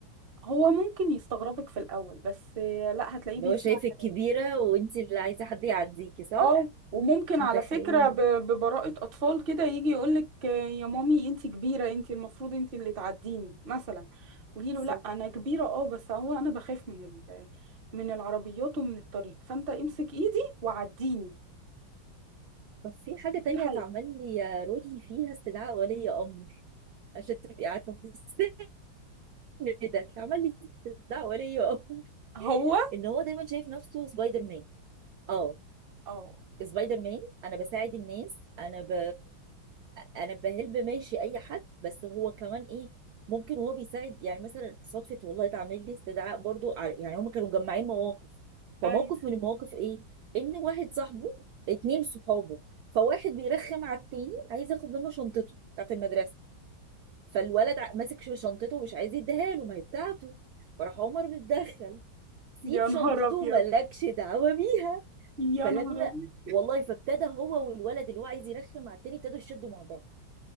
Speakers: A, on the right; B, on the right.
A: هو ممكن يستغربك في الاول بس لا هتلاقيه
B: اللي
A: بيسمع
B: هو شايفك
A: كلامي
B: كبيرة وانت اللي عايزة حد يعديكي صح؟
A: اه وممكن
B: متخيلة
A: على فكرة ب- ببراءة أطفال كده يجي يقولك آه، يا مامي انتي كبيرة انتي المفروض انتي اللي تعديني مثلا قولي له
B: صح
A: لا أنا كبيرة اه بس هو أنا بخاف من ال- من العربيات ومن الطريق فأنت امسك إيدي وعديني
B: طب في حاجة تانية
A: دي حاجة
B: اتعمل لي يا رودي فيها استدعاء ولي أمر عشان تبقي عارفة في السن ده اتعمل لي استدعاء ولي أمر
A: هو
B: <laughs> ان هو دايما شايف نفسه سبايدر مان اه
A: اه
B: سبايدر مان انا بساعد الناس انا ب... انا بهلب ماشي اي حد بس هو كمان ايه ممكن وهو بيساعد يعني مثلا صدفه والله اتعمل لي استدعاء برضو على يعني هم كانوا مجمعين مواقف فموقف
A: أي
B: من المواقف ايه ان واحد صاحبه اتنين صحابه فواحد بيرخم على التاني عايز ياخد منه شنطته بتاعت المدرسه فالولد ع- ماسك ش- شنطته ومش عايز يديها له ما هي بتاعته فراح عمر متدخل سيب
A: يا
B: شنطته
A: نهار أبيض
B: مالكش دعوه بيها
A: يا
B: فلما
A: نهار أبيض
B: والله فابتدى هو والولد اللي هو عايز يرخم على التاني ابتدوا يشدوا مع بعض